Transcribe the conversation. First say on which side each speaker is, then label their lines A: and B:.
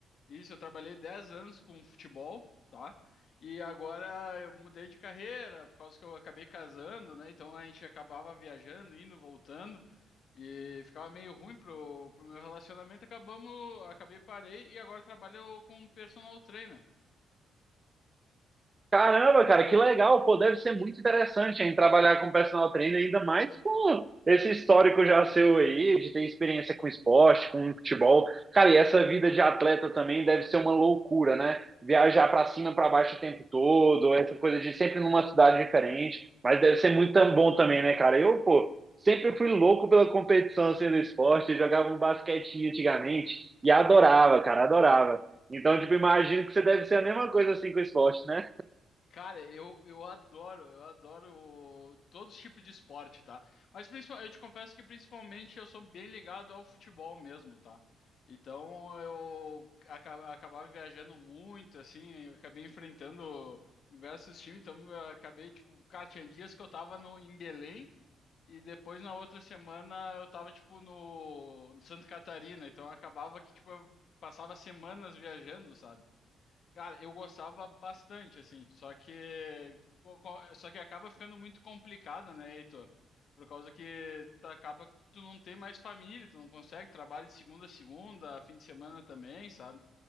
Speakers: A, on the left; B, on the right.
A: isso, eu trabalhei 10 anos com futebol, tá? E agora eu mudei de carreira por causa que eu acabei casando, né? Então a gente acabava viajando, indo, voltando e ficava meio ruim pro, pro meu relacionamento. Acabamos, acabei parei e agora trabalho com personal trainer.
B: Caramba, cara, que legal. Pô, deve ser muito interessante hein, trabalhar com personal trainer, ainda mais com esse histórico já seu aí, de ter experiência com esporte, com futebol. Cara, e essa vida de atleta também deve ser uma loucura, né? Viajar pra cima, pra baixo o tempo todo, essa coisa de sempre numa cidade diferente. Mas deve ser muito bom também, né, cara? Eu, pô, sempre fui louco pela competição assim, do esporte. Eu jogava um basquetinho antigamente e adorava, cara, adorava. Então, tipo, imagino que você deve ser a mesma coisa assim com o esporte, né?
A: Cara, eu, eu adoro, eu adoro todos os tipos de esporte, tá? Mas principal, eu te confesso que principalmente eu sou bem ligado ao futebol mesmo, tá? Então eu aca- acabava viajando muito, assim, eu acabei enfrentando diversos times, então eu acabei, tipo, cara, tinha dias que eu tava no, em Belém e depois na outra semana eu tava, tipo, no, no Santa Catarina, então acabava que, tipo, eu passava semanas viajando, sabe? Cara, eu gostava bastante, assim, só que co- co- só que acaba ficando muito complicado, né, Heitor? Por causa que tu acaba que tu não tem mais família, tu não consegue trabalho de segunda a segunda, fim de semana também, sabe?